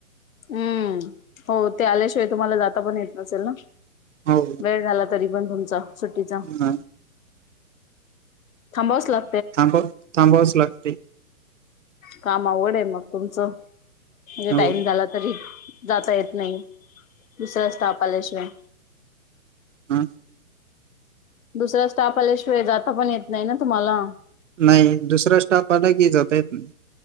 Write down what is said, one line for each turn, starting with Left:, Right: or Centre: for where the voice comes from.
Left: हम्म हो ते आल्याशिवाय तुम्हाला जाता पण येत नसेल ना
Right: हो
Left: वेळ झाला तरी पण तुमचा सुट्टीचा
Right: नाही
Left: थांब असला
Right: थांबव थांबावच लागते
Left: काम अवघड आहे मग तुमचं म्हणजे
Right: हो.
Left: टाइम झाला तरी जाता येत नाही दुसरं असतपालेश्वरय
Right: हम
Left: दुसरा्या स्टाफ आल्याशिवाय जाता पण येत नाही ना तुम्हाला
Right: नाही दुसरा स्टाफ आला की जात येत नाही